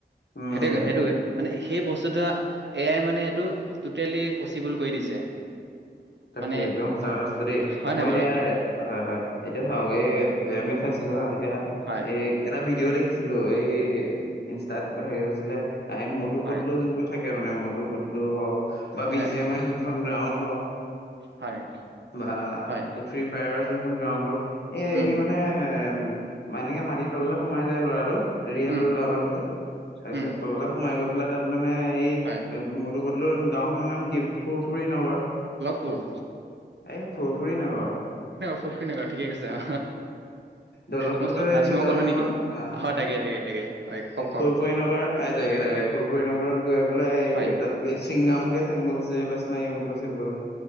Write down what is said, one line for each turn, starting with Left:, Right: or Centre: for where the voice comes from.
Left: উম
Right: সেইটোয়ে সেইটোয়ে মানে সেই বস্তুটো এ আাই মানে সেইটো ট'টেলি পচিবল কৰি দিছে
Left: তাকে
Right: মানে
Left: একদম সঁচা কথা কৈছো দেই
Right: হয়
Left: মই
Right: নাই
Left: এতিয়া
Right: বাৰু
Left: হয় হয় এতিয়া চাওগে এ আমি চাইছিলো হা এতিয়া
Right: হয়
Left: এই এটা ভিডিঅ' দেখিছিলো এই ইনষ্টাত হেৰি আছিল এই মটু
Right: হয়
Left: পটলু যোনোৰ থাকে মানে মটু পটলু হওক বা
Right: অ
Left: বি
Right: হয়
Left: জি এম আই যোনখন গ্ৰাউণ্ড
Right: হয়
Left: বা
Right: হয়
Left: ফ্ৰী ফৰ যোনখন গ্ৰাউণ্ড হক এ
Right: উম
Left: ই মানে এ এনেকে মাটিৰ তল সোমাই যায় ল'ৰাটো ৰিয়েল
Right: উম
Left: লৰা মানুহটোত তাৰ পিছত
Right: উম
Left: তললৈ সোমাই গৈ পেলাই তাত মানে এই
Right: হয়
Left: ম গাঁওখনৰ নাম ফুৰফুৰী নগৰ
Right: কুকুৰ
Left: এই ফুৰফুৰ নগৰ
Right: ফুৰফুৰি নগৰ ঠিকে কৈছে অ
Left: দলকপুৰত
Right: মই ছটা ভীমই ক'লো নেকি
Left: মই
Right: অ তাকে তাকে তাকে হয় কওক কওক
Left: ফুৰুৰৰি
Right: কওক
Left: নগৰত পাই যায়গে ডাইৰেক্ুৰ শনগৰত গৈ পেলাই
Right: হয়
Left: তাতকে ছিংগাম কেে চাংগলছে বা স্নাইম পচিবলৈ